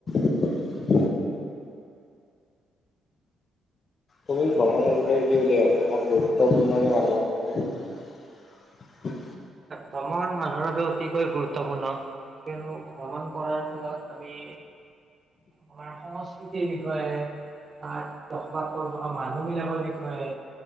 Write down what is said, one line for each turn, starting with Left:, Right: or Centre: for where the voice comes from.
Left: । তুমি ভ্ৰমণৰ বিষয়ে কি উলিয়াওঁ ভ্ৰমণ গুৰুত্বপূৰ্ণ মানুহৰ বিষয়ে
Right: প্ৰমমান মানুহৰ অতি খ গুৰুত্বপূৰ্ণ কন্তু ভ্ৰমণ কৰাৰ ফত আমি আমাৰ সম সৃতিৰ বিষয়ে ত বসবাস কৰি থকা মানুহ বিলাকৰ বিষয়ে